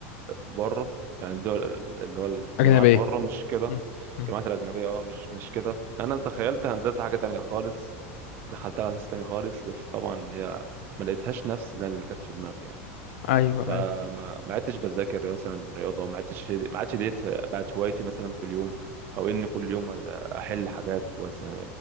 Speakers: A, on the right; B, on the left.
A: بره يعني الدول اللي هو الجامعات
B: أجنبية
A: بره مش كده
B: مم. مم.
A: الجامعات الاجنبيه اه مش مش كده انا تخيلت هندسه حاجه تانية خالص دخلتها على اساس تاني خالص بس طبعا هي ما لقيتهاش نفس اللي كانت في دماغي يعني
B: أيوه
A: فما
B: أيوه
A: ما عدتش بذاكر مثلا رياضه ما عدتش ما عادش ديت بقت هوايتي مثلا في اليوم او ان كل يوم احل حاجات وس-